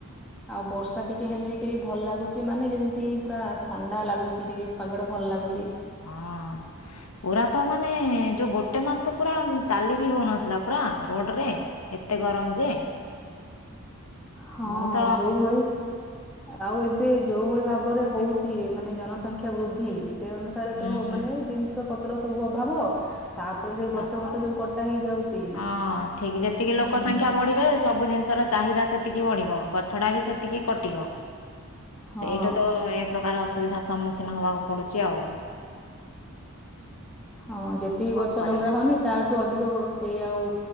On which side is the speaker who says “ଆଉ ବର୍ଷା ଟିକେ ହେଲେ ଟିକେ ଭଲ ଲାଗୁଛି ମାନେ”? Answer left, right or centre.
Centre